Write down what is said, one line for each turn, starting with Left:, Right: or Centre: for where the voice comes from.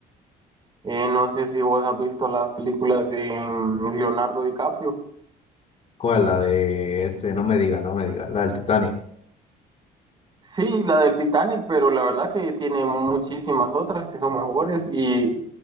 Right: eh, no sé si vos has visto las películas de mm, Leonardo DiCaprio.
Left: ¿Cuál? La de este, no me diga, no me diga, la del Titanic.
Right: Sí, la del Titanic, pero la verdad que tiene muchísimas otras que son mejores y